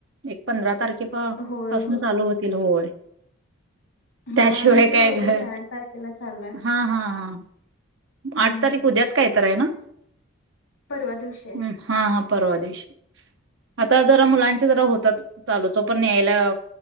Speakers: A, on the right; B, on the left.
A: एक पंधरा तारखे- खे
B: होय
A: पासून
B: होय.
A: चालू होतील होय.
B: हा
A: त्याशिवाय
B: ह्यांची
A: काय
B: लवकरच
A: घर
B: आहे आठ तारखेला चालू आहे
A: हा हा ह
B: हम्म
A: आठ तारीख उद्याच काय तर आहे ना
B: परवा दिवश
A: हम्म, हा हा परवा देेश आता जरा मुलांचे जरा होतात चालूतो पण यायला